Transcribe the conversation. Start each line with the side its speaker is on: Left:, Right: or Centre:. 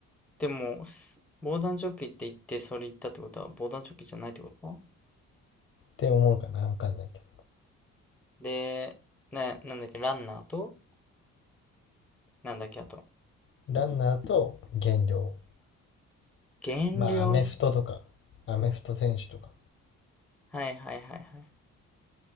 Centre: でも、す防弾チョッキって言って、それ言ったってことは、防弾チョッキじゃないってこと
Left: て思うかなわかんないけ
Centre: で、な、なんだっけ、ランナーと、なんだっけ、あと、
Left: ど。ランナーと減量。
Centre: 減量。
Left: まあ、アメフトとか、アメフト選手とか
Centre: はいはいはいはい。